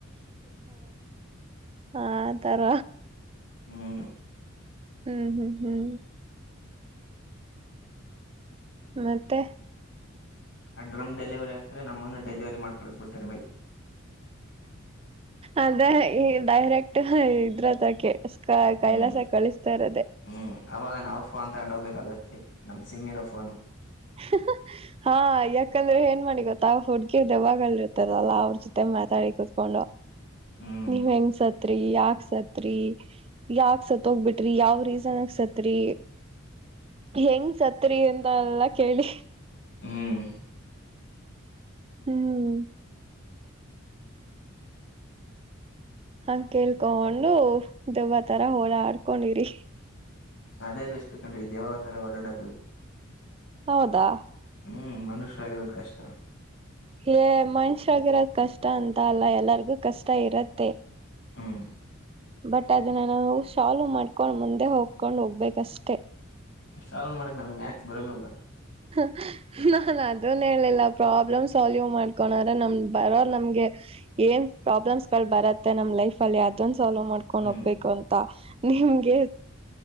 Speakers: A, on the right (about 30°); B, on the left (about 75°).
A: ಆ ತರ
B: ಹ್ಮ್
A: ಹ್ಮ್ ಹ್ಮ್ ಹ್ಮ್ ಮತ್ತೆ
B: ಆ ಡ್ರಮ್ ಡೆಲಿವರಿ ಆಗ್ತ ನಮ್ಮನ್ನು ಡೆಲಿವರಿ ಮಾಡ ಕಳಿಸಸ್ಬಡ್ತ ಮೇಲೆ
A: ಅದೇ ಡೈರೆಕ್ಟ್ ಇದ್ರದಕ ಕ ಕೈಲಾಸ
B: ಹ್ಮ್
A: ಕಳಿಸ್ತ ಇಾರದೆೇ
B: ಹ್ಮ್ ಅವಾಗ ನಾವು ಫೋನ್ ತಗೊಂಡು ಹೋಗ್ಬೇಕಾಗುತ್ತೆ ನಮ್ ಸಿಮ್ಮ್ ಇರೋ ಫೋನ್
A: ಹ ಹಾ ಯಾಕಡ್ರೆ ಏನ್ ಮಾಡಿ ಗೊತ್ತಾ ಹುಡ್ಗಿರ್ ದವಾಗಲ್ರ್ತದಲ್ಲ ಅವ್ರ ಜೊತೆ ಮಾತಾಡಿ ಕುೂತ್ಕೊಂಡು
B: ಹ್ಮ್
A: ನೀವ್ ಹೆಂಗ್ಸತ್ ಸತ್ರಿ ಯಾಕ್ ಸತ್ರಿ ಯಾಕ ಸತ್ತೋಗ್ಬಿಟ್ರಿ ಯಾವ್ ರೀಸನ್ಕ್ ಸತ್ರಿ ಹೆಂಗ್ ಸತ್ರಿ ಎಂತ ಎಲ್ಲಾ ಕೇಳಿ
B: ಹ್ಮ್
A: ಹ್ಮ್ ಹಂಗ ಕೇಳ್ಕೊಂಡೊಂಡು ದಬ್ಬತರ ಹೋಳಾ ಆಡ್ಕೊಂಡಿರಿ
B: ಅದೇ ಬೆಸ್ು ಕಣ್ರಿ ದೇವಾವತರ ಓಡಾಡೋದು
A: ಹೌದಾ
B: ಹ್ಮ್ ಮನುಷ್ಯ ಆಗಿರೋದ್ ಕಷ್ಟ
A: ಹೇ ಮನುಷ್ಯಾಗಿರೋದ್ ಕಷ್ಟ ಅಂತ ಅಲ್ಲ ಎಲ್ಲರಿಗೂ ಕಷ್ಟ ಇರತ್ತೆ
B: ಹ್ಮ್
A: ಬಟ್ ಅದನ್ನ ನಾವು ಸಾಾಲವ್ ಮಾಡ್ಕೊಂಡು ಮುಂದೆ ಹೋಗಕೊಂಡು ಹೋಗ್ಬೇಕಷ್ಟೆ
B: ಸಾಲ್ವ್ ಮಾಡಕ್ ನಮಗೆ ಮ್ಯಾಕ್ಸ್ ಬರಲ್ವಲ್ಲ
A: ಹ್ಮ ನಾನನ್ ಅದನ್ ಹೇಳಲಿಲ್ಲ ಪ್ರಾಬ್ಲಮ್ ಸಾಲ್ವ್ ಮಾಡ್ಕೊಳ್ರ ನಮ ಬರೋ ನಮ್ಗೆ ಏನ್ ಪ್ರಾಬ್ಲಮ್ಸ್ ಗಳು ಬರುತ್ತೆ ನಮ್ ಲೈಫ ಅಲ್ಲಿ ಅದೊಂದು ಸಾಲ್ ಮಾಡ್ಕೊಂಡ್
B: ಹ್ಮ್
A: ಹೋಗಬೇಕು ಅಂತ ನಿಮ್ಗೆ